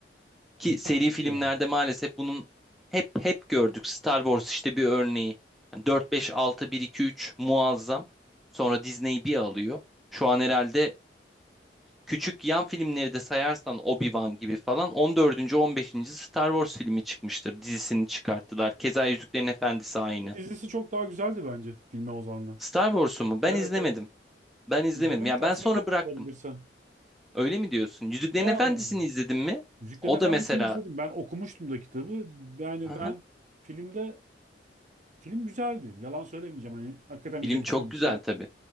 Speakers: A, in the centre; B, on the right.
A: Ki
B: Bunlar
A: seri filmlerde
B: gidiyor ama.
A: maalesef bunun hep hep gördük. Star Wars işte bir örneği. Yani 4, 5, 6, 1, 2, 3 muazzam. Sonra Disney bir alıyor. Şu an herhalde Küçük yan filmleri de sayarsan Obi-Wan gibi falan On dördüncü, on beşinci Star Wars filmi çıkmıştır. Dizisini çıkarttılar. Keza Yüzüklerin Efendisi aynı.
B: Ki dizisi çok daha güzeldi bence filme oranla.
A: Star Wars'u mu? Ben
B: Evet
A: izlemedim.
B: evet.
A: Ben izlemedim.
B: İzlemeni
A: Ya
B: tavsiye
A: ben sonra
B: ederim
A: bıraktım.
B: bulabilirsen.
A: Öyle mi diyorsun? Yüzüklerin
B: Şey
A: Efendisi'ni
B: anlamında.
A: izledin mi?
B: Yüzüklerin
A: O
B: Efendisi'ni
A: da mesela
B: izledim. Ben okumuştum da kitabı. Yani
A: <laughs> Aha,
B: ben filmde film güzeldi. Yalan söylemeyeceğim. Hani hakikaten
A: film
B: güzel işlemişler.
A: çok güzel tabii.